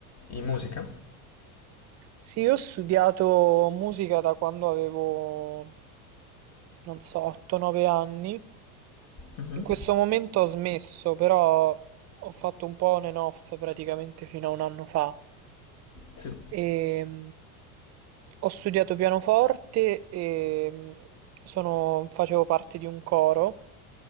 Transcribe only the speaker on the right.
Sì, io ho studiato musica da quando avevo, non so, 8-9 anni.
In questo momento ho smesso, però ho fatto un po' on and off praticamente fino a un anno fa.
E mh, ho studiato pianoforte e mh, sono- facevo parte di un coro